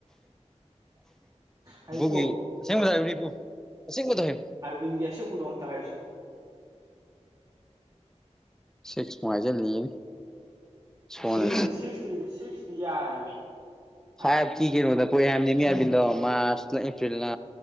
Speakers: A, on the right; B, in the centre.
A: ꯍꯩꯄꯨ
B: ꯒꯤ ꯁꯦꯝꯗ ꯏ ꯄꯨ ꯀ ꯃꯗꯍ
A: ꯑꯥꯔꯕꯤꯟꯒꯤ ꯑꯁꯦꯡꯕꯗꯣ ꯑꯝꯇ ꯍꯥꯏꯔꯨꯁꯦ
B: ꯁꯤꯠꯁ ꯃꯉꯥꯏꯖ ꯂꯩ ꯁꯣꯅ
A: ꯁꯤꯛꯁ ꯁꯤꯛꯁꯇꯤ ꯁꯤꯛꯁꯇꯤ ꯌꯥꯔꯤꯃꯤ ꯐꯥꯏꯚ
B: ꯍꯥꯏ
A: ꯀꯤꯒꯤꯅꯣꯗ
B: ꯀꯤ ꯀꯩꯅꯣꯗ
A: ꯀꯣꯏꯔꯝꯅꯤꯅꯦ
B: ꯄꯣꯦꯕꯅꯤꯃꯤ
A: ꯑꯗꯨꯗ
B: ꯌꯥꯕꯤꯟꯗꯣ
A: ꯃꯥꯁ
B: ꯃꯥꯔꯆꯅ ꯑꯦꯄ꯭ꯔꯤꯜꯅ